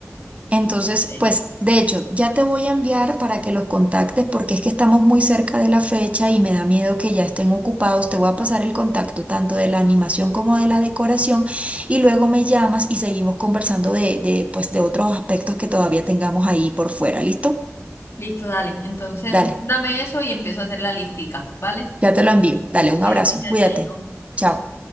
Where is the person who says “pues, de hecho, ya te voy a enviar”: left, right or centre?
Right